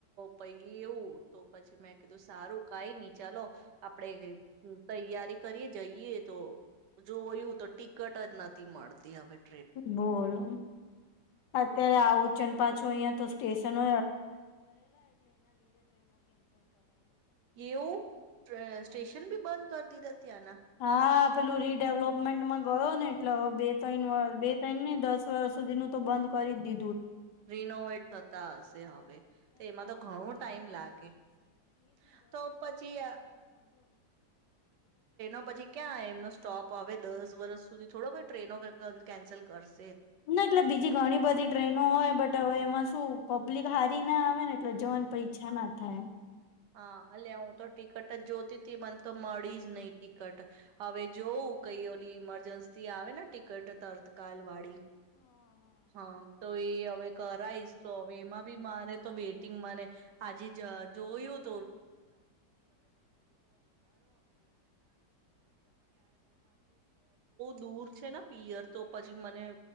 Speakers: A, on the right; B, on the left.
A: ਪਈ ਇਹ ਪੀ ਮੈਂ ਕੂ ਸਾਰੂ ਕਾਈ ਨੀ ਚਲੋ ਆਪਣੇ ਤਿਆਰੀ ਕਰਏ ਜਾਈਏ ਤਾਂ ਜੋਇਓ ਤਾਂ ਟਿਕਟ ਨਹੀਂ <unintelligible>
B: ਬੋਲੋ, ਅਤ ਆ ਚ <unintelligible> ਅਈ ਤੋਂ ਸਟੇਸ਼ਸ਼ਨ <unintelligible>
A: ਕਿ ਉਹ ਸਟੇਸ਼ਨ ਵੀ ਬੰਦ ਕਰਦੀ ਦਾ ਧਿਆਨ <unintelligible>
B: ਹਾਂ, ਪੇਲੂ ਰੀਡੇਵਲਪਮੈਂਟੈਂ ਗਓ ਨੇ <unintelligible> <unintelligible> ਬੰਦ ਕਰੀ ਦੀ
A: ਰੀਨੋਵੇਟ ਤਾ ਤੇ ਇਹਮ ਤਾਂ ਘਣੋ ਟਾਈਮ ਲਗੇੇ <unintelligible> ਟ੍ਰੇਨ <unintelligible> <unintelligible>
B: <unintelligible> ਪਬਲਿਕ ਹਾਂ <unintelligible> <unintelligible>
A: ਹਾਂ ਲੇ ਹੁ ਤਾਂ ਟਿਕਟ ਜੋਤੀ ਤੀ ਮਨ ਤਾਂ ਮੀਜ ਨਈ ਟਿਕਟ ਹਵੇ ਜੋਊ ਕਈ ਓਲੀ ਇਮਰਜੰਸੀ ਆ ਨਾ ਟਿਕਟ ਤਰ <unintelligible> ਕਾਲਵਾੜੀ ਹਾ <unintelligible> ਕਰਾਈ ਹ ਇਹਮ ਬੀ ਮਨ ਤਾਂ ਵੇਟਿੰਗ ਮਨ ਆਜੀ। ਜੋਇ <unintelligible> ਬਹੁਤ ਦੂਰ ਸੇ ਨਾ ਪੀਅਰ ਤੋ ਭਾਜੀ ਮੈਨੇ